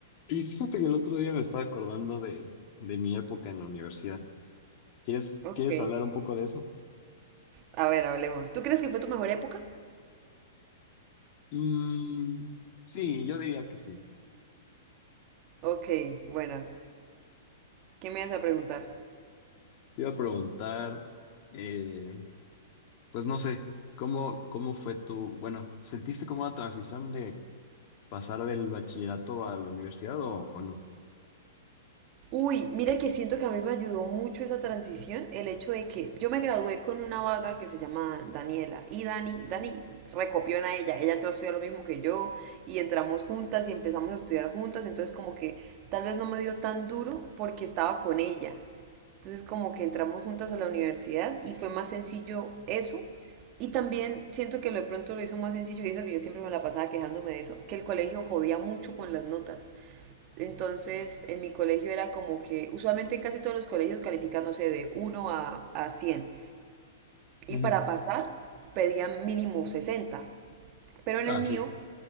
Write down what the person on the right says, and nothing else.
Ok.
A ver, hablemos. ¿Tú crees que fue tu mejor época?
Ok, buena. ¿Qué me vas a preguntar?
Uy, mira que siento que a mí me ayudó mucho esa transición, el hecho de que yo me gradué con una vaga que se llama Daniela y Dani, Dani recopió en a ella, ella entró a estudiar lo mismo que yo y entramos juntas y empezamos a estudiar juntas, entonces como que tal vez no me dio tan duro porque estaba con ella, Entonces como que entramos juntas a la universidad y fue más sencillo eso. Y también siento que lo de pronto lo hizo más sencillo y eso que yo siempre me la pasaba quejándome de eso, que el colegio jodía mucho con las notas. Entonces en mi colegio era como que usualmente en casi todos los colegios califican, no sé, de uno a, a cien Y
para pasar pedían mínimo sesenta Pero en
el mío,